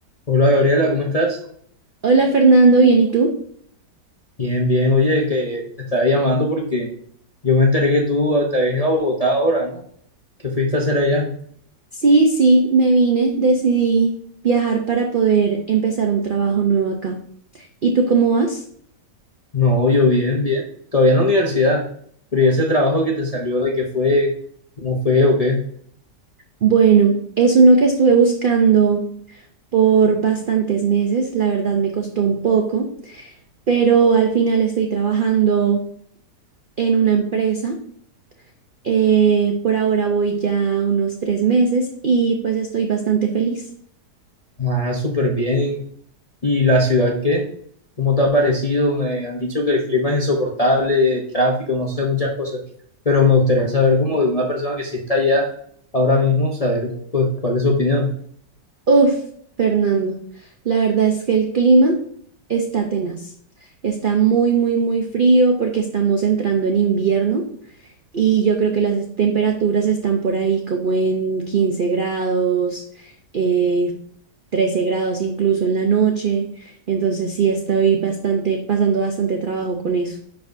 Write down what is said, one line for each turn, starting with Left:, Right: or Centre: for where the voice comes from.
Left: Hola Gabriela, ¿cómo estás?
Right: Hola Fernando, ¿bien y tú?
Left: Bien, bien. Oye, que te estaba llamando porque yo me enteré que tú te habías ido a Bogotá ahora, ¿no? ¿Qué fuiste a hacer allá?
Right: Sí, sí, me vine, decidí viajar para poder empezar un trabajo nuevo acá. ¿Y tú cómo vas?
Left: No, yo bien, bien. Todavía en la universidad. Pero ¿y ese trabajo que te salió, de qué fue? ¿Cómo fue o qué?
Right: Bueno, es uno que estuve buscando por bastantes meses, la verdad me costó un poco, pero al final estoy trabajando en una empresa. Eh, por ahora voy ya unos tres meses y pues estoy bastante feliz.
Left: Ah, súper bien. ¿Y la ciudad qué? ¿Cómo te ha parecido? Me han dicho que el clima es insoportable, el tráfico, no sé, muchas cosas. Pero me gustaría saber como de una persona que sí está allá ahora mismo, saber pues cuál es su opinión.
Right: Uf, Fernando, la verdad es que el clima está tenaz. Está muy, muy, muy frío porque estamos entrando en invierno y yo creo que las es- temperaturas están por ahí como en 15 grados, eh, 13 grados incluso en la noche. Entonces sí estoy bastante, pasando bastante trabajo con eso.